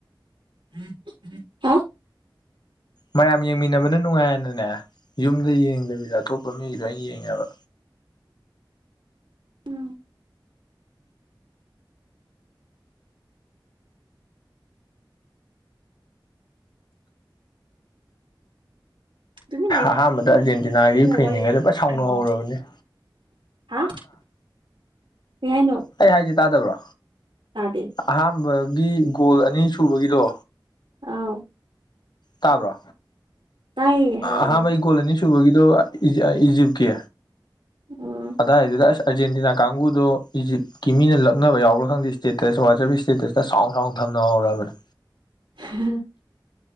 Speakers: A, on the right (about 80°); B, on the left (about 60°).
A: <unintelligible>
B: ꯃꯌꯥꯝ ꯌꯦꯡꯃꯤꯟꯅꯕꯅ ꯅꯨꯡꯉꯥꯏꯅꯅꯦ ꯌꯨꯝꯗ ꯌꯦꯡꯗꯕꯤꯗ ꯑꯇꯣꯞꯄ ꯃꯤꯒꯤ ꯂꯣꯏꯅ ꯌꯦꯡꯉꯦꯕ
A: ꯎꯝ ꯇꯨꯃꯤꯟ
B: ꯑꯍꯥꯟꯕꯗ ꯑꯥꯔꯖꯦꯟꯇꯤꯅꯥꯒꯤ
A: ꯂꯩꯒꯅꯨ
B: ꯐꯦꯟꯁꯤꯉꯩꯗꯣ
A: ꯋꯥꯔꯤ
B: ꯐꯅ ꯁꯥꯎꯅ
A: ꯍꯥꯏꯔꯛꯑꯣ
B: ꯍꯧꯔꯕꯅꯤ
A: ꯍꯥ ꯀꯩꯍꯥꯏꯅꯣ
B: ꯑꯩ ꯍꯥꯏꯁꯤ ꯇꯥꯗꯕ꯭ꯔꯣ
A: ꯇꯗꯦ
B: ꯑꯍꯥꯝꯕꯒꯤ ꯒꯣꯜ ꯑꯅꯤ ꯁꯨꯕꯒꯤꯗꯣ
A: ꯑꯥꯎ
B: ꯇꯥꯕ꯭ꯔꯥ
A: ꯇꯥꯏꯌꯦ ꯍꯥꯏꯔꯛꯑꯣ
B: ꯑꯍꯥꯝꯕꯒꯤ ꯒꯣꯜ ꯑꯅꯤ ꯁꯨꯕꯒꯤꯗꯣ ꯏꯖꯤ ꯏꯖꯤꯞꯀꯤ
A: ꯑꯣ
B: ꯑꯗꯥꯏꯗꯨꯗ ꯑꯁ ꯑꯥꯔꯖꯦꯟꯇꯤꯅꯥ ꯀꯥꯡꯕꯨꯗꯣ ꯏꯖꯤꯞꯀꯤ ꯃꯤꯅ ꯂꯛꯅꯕ ꯌꯥꯎꯕꯥꯔ ꯈꯪꯗꯦ ꯏꯁꯇꯦꯇꯁ ꯋꯥꯆꯞ ꯏꯁꯇꯦꯇꯁ ꯁꯥꯎꯟ ꯁꯥꯎꯟ ꯊꯝꯅꯍꯧꯔꯕꯅꯦ
A: <unintelligible>